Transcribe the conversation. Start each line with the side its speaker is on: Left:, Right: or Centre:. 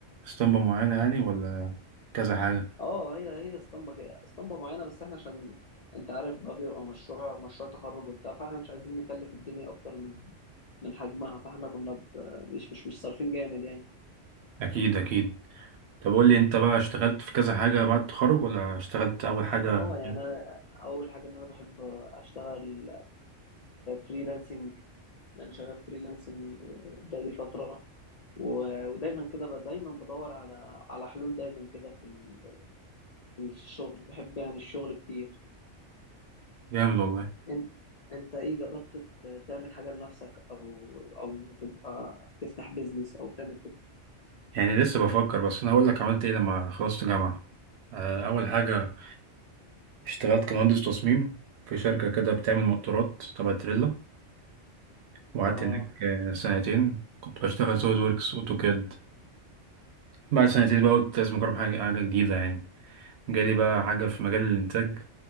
Right: اسطمبة معينة يعني ولا كذا حاجة
Left: اه هي هي اسطمبه جا- اسطمبه معينه بس احنا عشان انت عارف بقى بيبقى مشروع مشروع تخرج وبتاع فاحنا مش عايزين نكلف الدنيا اكتر من من حجمها فاحنا كنا ب- مش مش مش صارفين جامد يعني
Right: أكيد أكيد طب قول لي أنت بقى اشتغلت في كذا حاجة بعد التخرج ولا اشتغلت أول حاجة
Left: اه يعني أنا اول حاجه ان انا بحب اشتغل فريلانسنج انا شغال فريلانسنج بقالي فتره و- ودايما كده ب- دايما بدور على على حلول دايما كده في ال- في الشغل بحب يعني الشغل كتير
Right: جامد والله
Left: انت انت ايه جربت ت- تعمل حاجه لنفسك او او تبقى تفتح بيزنس او تعمل كده
Right: يعني لسه بفكر بس أنا هقول لك عملت إيه لما خلصت جامعة آه، أول حاجة اشتغلت كمهندس تصميم في شركة كده بتعمل مقطورات تبع تريلا وقعدت
Left: اه
Right: هناك آه، سنتين كنت بشتغل سوليد ووركس أوتوكاد بعد سنتين بقى قلت لازم أجرب حاجة حاجة جديدة يعني جالي بقى حاجة في مجال الإنتاج